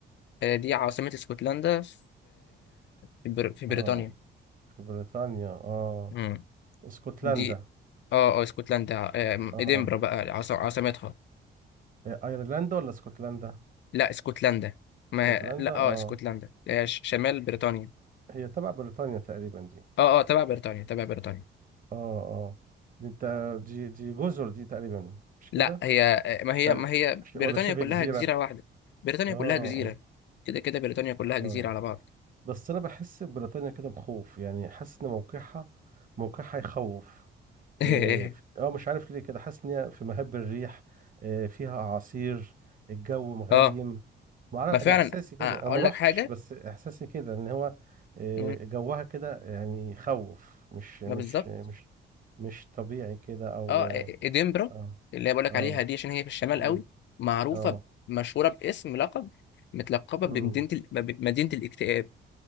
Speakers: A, on the left; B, on the right.
A: آه، دي عاصمه اسكتلندا في في بر- في بريطانيا
B: اه في بريطانيا اه
A: مم.
B: اسكتلندا
A: دي اه اه اسكتلندا آه،
B: اه
A: ادنبرا بقى عاص- عاصمتها
B: إيه، ايرلندا ولا اسكتلندا
A: لا اسكتلندا ما
B: اسكتلندا
A: لا
B: اه
A: اه اسكتلندا هي ش- شمال بريطانيا
B: هي تبع بريطانيا تقريبا دي
A: اه اه تبع بريطانيا تبع بريطانيا
B: اه اه دي انت دي دي جزر دي تقريبا مش كده
A: لا هي آه، ما هي
B: خل...
A: ما هي
B: ش-
A: بريطانيا
B: ولا شبه
A: كلها
B: جزيرة
A: جزيرة واحدة بريطانيا
B: اه
A: كلها جزيرة
B: اه
A: كده كده بريطانيا كلها جزيرة
B: آه.
A: على بعض
B: بس انا بحس بريطانيا كده بخوف يعني حاسس ان موقعها موقعها يخوف
A: <laughs>
B: إيه، ف- اه مش عارف ليه كده حاسس ان هي في مهب الريح إيه، فيها اعاصير الجو مغيم
A: اه
B: معرف
A: ما فعلا
B: انا احساسي كده
A: آه، اقول
B: انا ما روحتش
A: لك حاجة
B: بس احساسي كده ان هو إيه،
A: مم،
B: جوها كده يعني يخوف مش مش
A: ما بالظبط
B: مش مش طبيعي كده او
A: اه آه، ادنبرا
B: اه
A: اللي بقول لك
B: اه
A: عليها دي عشان هي في الشمال
B: مم،
A: قوي معروفة
B: اه
A: مشهورة باسم لقب متلقبة
B: مم،
A: بمدينة ال- مدينة الاكتئاب